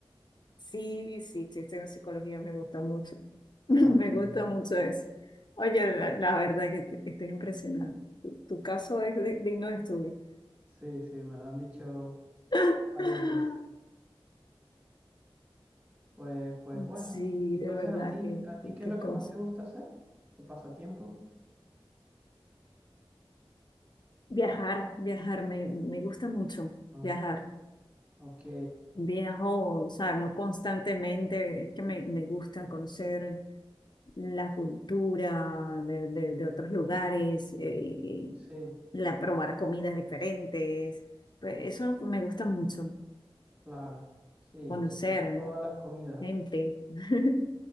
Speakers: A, on the left; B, on the right.
A: Sí, sí, sí, estoy en psicología, me gusta mucho. <laughs> Me
B: Ah, qué
A: gusta
B: bien.
A: mucho eso. Oye, la, la verdad que te- estoy impresionada. Tu, tu caso es de- digno de estudio.
B: Sí, sí, me lo han dicho
A: <laughs>
B: varias veces. Pues, pues bueno,
A: Sí,
B: entonces
A: de verdad,
B: a ti,
A: qué,
B: ¿a ti
A: qué
B: qué
A: qué
B: es lo que
A: cosa.
B: más te gusta hacer? ¿Tu pasatiempo?
A: Viajar, viajar, me, me gusta mucho
B: Ah,
A: viajar.
B: ok,
A: Viajo, o sea, muy constantemente, es que me, me gusta conocer la cultura de, de- de otros lugares, eh, y
B: sí.
A: la probar comidas diferentes, pues eso me gusta mucho,
B: Claro, sí,
A: conocer
B: sobre todo las comidas.
A: gente, <laughs>